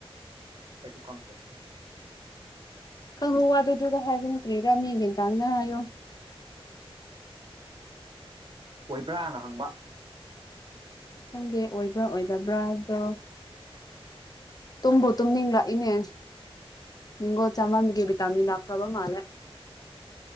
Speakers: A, on the right; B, on the left.
A: ꯑꯩꯁꯨ ꯈꯪꯗꯦ
B: ꯈꯪꯉꯣ ꯋꯥꯗꯨꯗꯨ ꯍꯥꯏꯕ ꯅꯠꯇꯦ ꯀ꯭ꯔꯤꯔ ꯃꯤ ꯃꯦꯟ ꯇꯅꯤꯡꯉꯥꯏ ꯍꯥꯏꯌꯣ
A: ꯑꯣꯏꯕ꯭ꯔꯥꯅ ꯍꯪꯕ
B: ꯈꯪꯗꯦ ꯑꯣꯏꯕ꯭ꯔꯥ ꯑꯣꯏꯗꯕ꯭ꯔꯥ ꯑꯗꯣ ꯇꯨꯝꯕꯨ ꯇꯨꯝꯅꯤꯡꯔꯛꯏꯅꯦ ꯕꯤꯡꯒꯣ ꯆꯃꯟꯕꯒꯤ ꯕꯤꯇꯃꯤꯟ ꯂꯥꯈ꯭ꯔꯕ ꯃꯥꯜꯂꯦ